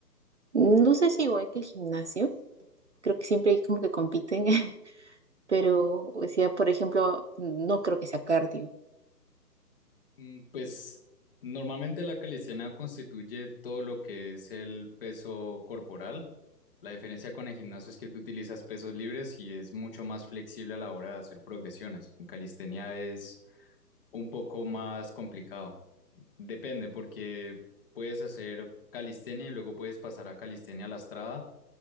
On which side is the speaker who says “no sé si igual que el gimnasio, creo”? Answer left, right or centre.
Right